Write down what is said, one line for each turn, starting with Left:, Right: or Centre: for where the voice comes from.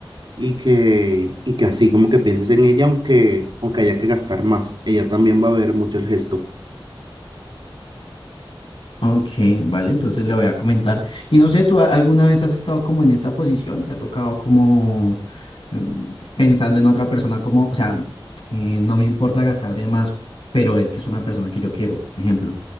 Right: y que, y que así como que pienses en ella, aunque, aunque haya que gastar más, ella también va a ver mucho el gesto.
Left: Ok, vale, entonces le voy a comentar. Y no sé, ¿tú a- alguna vez has estado como en esta posición? ¿Te ha tocado como mm, pensando en otra persona como, o sea, eh, no me importa gastar de más, pero es que es una persona que yo quiero, ejemplo.